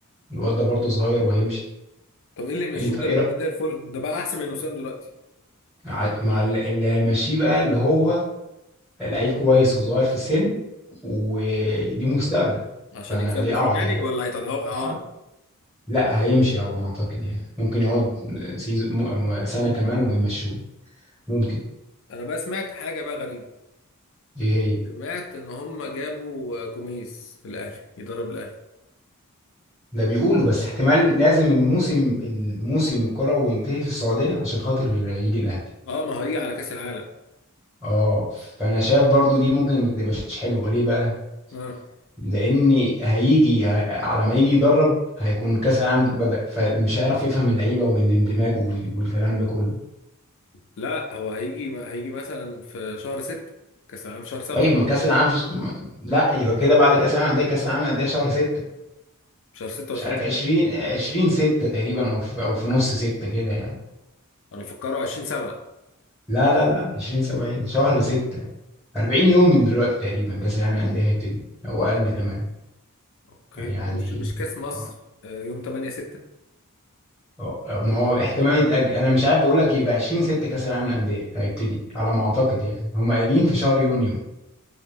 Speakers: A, in the centre; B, on the left.
A: الواد ده برضو صغير وهيمشي
B: طب إيه اللي يمشيه
A: انت ايه
B: ده الواد
A: رأيك
B: ده زي الفل ده بقى أحسن من وسام دلوقتي
A: ع- مع ال- اللي هيمشيه بقى اللي هو لعيب كويس وصغير في السن وليه مستقبل
B: عشان
A: فانا
B: يكسبوا
A: ليه
B: فيه
A: اقعد
B: يعني
A: يعني
B: ولا هيطلعوا إعارة
A: آه. لا هيمشي على ما اعتقد يعني ممكن يقعد سيزون م- سنة كمان ويمشوه ممكن
B: أنا بقى سمعت حاجة بقى غريبة
A: ايه هي
B: سمعت إن هم جابوا جوميز الأهلي يدرب الأهلي
A: ده بيقولوا بس احتمال لازم الموسم الموسم الكروي ينتهي في السعودية عشان خاطر يجي الاهلي
B: أه ما هو هيجي على كأس العالم
A: اه فانا شايف برضو دي ممكن ما تبقاش حلوة ليه بقى
B: أه
A: لان هيجي ه- على ما يجي يدرب هيكون كاس العالم بدأ فمش هيعرف يفهم اللعيبة والاندماج وال- والكلام ده كله
B: لا هو هيجي هيجي مثلا في شهر 6 كأس العالم في شهر 7
A: طيب ما كاس العالم في... س- م- لا يبقى كده بعد كاس العالم للانديه كاس العالم للانديه شهر 6
B: شهر 16
A: مش عارف
B: طبعا.
A: 20 20 6 تقريبا او في... او في نص 6 كده يعني
B: انا مفكره 20 7
A: لا لا لا 20 70 شهر 6 40 يوم من دلوقتي تقريبا كاس العالم للانديه هيبتدي او اقل كمان
B: اوكي
A: يعني
B: هو مش مش كاس مصر
A: آه،
B: آه، يوم 8 6
A: آه، ما هو احتمال يتاجل انا مش عارف بقول لك يبقى 20 6 كاس العالم للانديه هيبتدي على ما اعتقد يعني هم قايلين في شهر يونيو